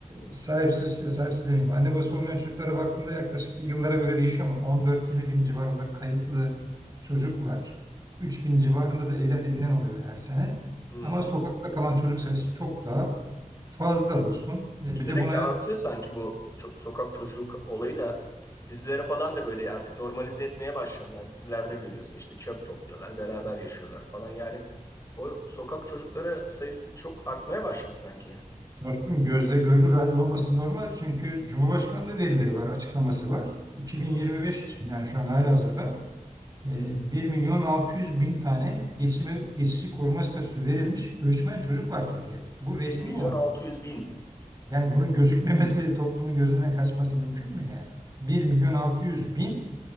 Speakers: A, on the right (about 30°); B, on the left (about 25°).
A: e, sahipsiz, e, sahipsiz demeyeyim. Anne babası olmayan çocuklara baktığında yaklaşık yıllara göre değişiyor ama 14-20 bin civarında kayıtlı çocuk var. 3 bin civarında da evlat edinen oluyor her sene.
B: Hmm.
A: Ama sokakta kalan çocuk sayısı çok daha fazla dostum. E,
B: Giderek
A: bir de buna
B: de artıyor sanki bu ço- sokak çocuk olayı da dizilere falan da böyle artık normalize etmeye başladılar. Dizilerde görüyorsun işte çöp topluyorlar, beraber yaşıyorlar falan. Yani o sokak çocukları sayısı çok artmaya başladı sanki.
A: dostum gözle görünür halde olması normal. Çünkü Cumhurbaşkanlığı verileri var, açıklaması var. 2025
B: Hı hı.
A: için yani şu an halihazırda e, 1 milyon 600 bin tane geçime, geçici koruma statüsü verilmiş göçmen çocuk var Türkiye'de. Bu resmi
B: 1 milyon
A: olan.
B: 600 bin.
A: Yani bunun gözükmemesi, <laughs> toplumun gözünden kaçması mümkün mü yani? 1 milyon 600 bin